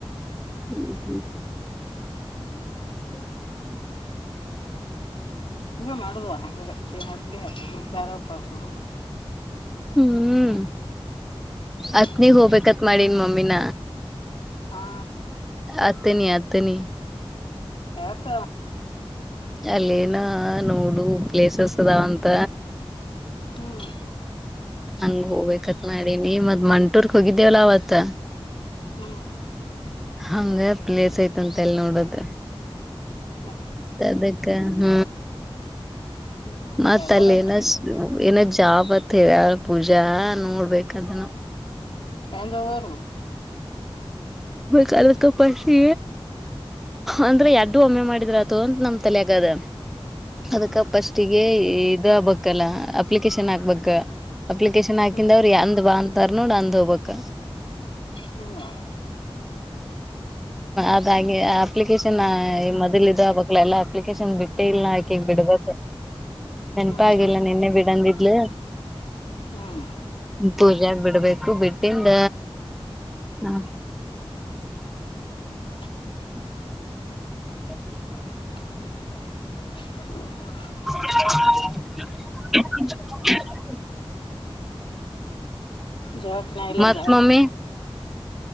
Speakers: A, in the centre; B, on the left.
A: ಹ್ಮ್ ಹ್ಮ್ ಹ್ಮ <inaudible>
B: ಹಿಂಗೆ ಮಾಡುದವ ಹಂಗ ಚೇನ ಪುಡಿ ಹಾಕುದು ಕಾರುಪ್ಪ ಹಾಕುದು.
A: ಹ್ಮ್ ಹತ್ನಿಗ್
B: ಹ್ಮ್
A: ಹೋಗ್ಬೇಕತ್ ಮಾಡನ್ ಮ ಮಿನ
B: ಹಾ
A: ಅಥನಿ ಅಥನಿ.
B: ಯಾಕ
A: ಅಲ್ಲೇನೊ ನೋಡು ಪ್ಲೇಸಸ್ ಅದಾವ ಅಂತ.
B: ಹ್ಮ್
A: ಹಂಗ ಹೋಗ್ಬೇಕತ್ ಮಾಡಿನಿ ಮತ್ ಮಂಟೂರ್ಗ ಹೋಗಿದ್ದೇವಲ್ಲ ಅವತ್ತ.
B: ಹ್ಮ್
A: ಹಂಗೆ ಪ್ಲೇಸ್ ಐತಂತ ಮಲ್ ನೋಡಿದ್ರೆ.
B: <inaudible>
A: ಮತ್ ಅದಕ್ಕ ಹ್ಮ.
B: ಹ್ಮ್
A: ಮತ್ತ
B: ಯಾರಾರಂಟ್ರಿ
A: ಅಲ್ಲಿ ಏನ ಏನ್ ಜಾಬತ್ ಹೇಳ. ಪೂಜಾ ನೋಡ್ಬೇಕದನ್ನ.
B: ಎಂಗವರು.
A: ಹಾಲಕ್ಕಪ್ಪಶಿ ಅಂದ್ರೆ ಎಡ್ಡು ಒಮ್ಮೆ ಮಾಡಿದ್ರ ಅತು ಅಂತ ನಮ್ ತಲೆೆಯಗದ. ಅದಕ್ಕ
B: ಹ್ಮ್
A: ಪಸ್ಟಿಗೆ ಇದ ಬಕ್. ಎಲ್ಲ ಅಪ್ಲಿಕೇಶನ್ ಆಕ್ಬೇಕು. ಅಪ್ಲಿಕೇಶನ್ ಹಾಕಿಂದ
B: ಹ್ಮ್
A: ಅವ್ರರು ಎಂದ್ ಬಾನ್. ತರ್ ನೋಡ ಅಂದ ಹೋಗಬಕ್ಕ.
B: ಹಂಗ
A: ಅದಾಗಿ ಅಪ್ಲಿಕೇಶನ್ನೇ ಮೊದ್ಲ. ಇ ಆಕ್ಲ ಎಲ್ಲಾ ಅಪ್ಲಿಕೇಶನ್ ಬಿಟ್ಟೆ ಇಲ್ಲ ಆಕಿಗ್ ಬಿಡಬೇಕು. ನೆನಪ
B: ಹ್ಮ್
A: ಆಾಗಿಲ್ಲ
B: ಹ್ಮ್
A: ನಿನ್ನೆ ಬಿಡಂದಿದ್ದ.
B: ಹ್ಮ್
A: <unintelligible> ಪೂಜಾಗ ಬಿಡಬೇಕ್. ಬಿಟ್ಟಿಂದ ನಾ <inaudible>
B: ಹ <inaudible> <inaudible>
A: <inaudible>
B: <inaudible> ಜಾತ್ನ ಇಲ್ಲಂದ
A: ಮತ್ ಮಮ್ಮಿ